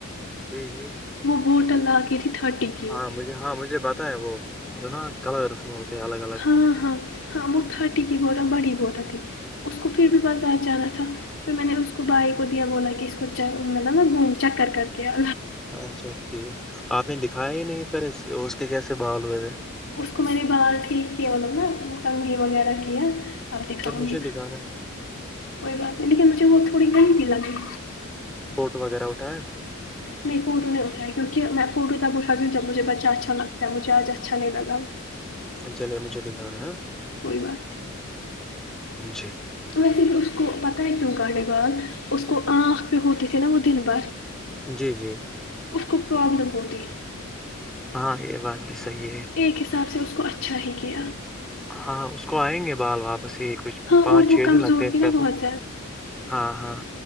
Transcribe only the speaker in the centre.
جی جی
ہاں مجھے ہاں مجھے بت ہے وہ جونا کلرس میں ہوتے الگ الگ
اچ
اچھا ٹھیک آپ نے دکھایا ہی نہیں پ اس کے کیسے بال ہوئے تھے
پھر مجھے
دکھانا
کوٹ وغیرہ اٹھایا
چلیے مجھے دکھانا
جی
جی جی
ہاں یہ بات بھی صحیح ہے
ہاں اس کو آئیں گے بال واپس یہ کچھ
پانچ
چھ
دن لگتے ہیں
ایک
پہلے
ہاں ہاں